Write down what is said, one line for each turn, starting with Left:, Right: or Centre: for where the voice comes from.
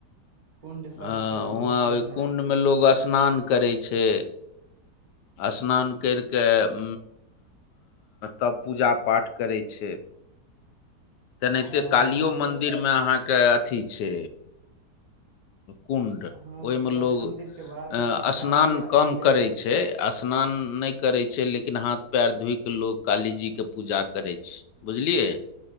Right: कुंड सब
Left: हँ
Right: छै बहुते
Left: हुआँ ओहि
Right: यहाँ
Left: कुण्डमे
Right: पे
Left: लोक स्नान करै छै स्नान करि कऽ तब पूजा पाठ करै छै ऐने
Right: हँ
Left: ते कालियो मन्दिर
Right: पर
Left: मे अहाँ केँ अथि छै कुण्ड
Right: हँ
Left: ओहिमे
Right: तऽ सब
Left: लोग
Right: मंदिर के बाहर
Left: अ
Right: मे परसादी
Left: स्नान
Right: आर
Left: कम
Right: बिकै
Left: करै छै स्नान नहि करै छै लेकिन हाथ पैर धोइ कऽ लोक कालीजीके पूजा करै छै बुझलियै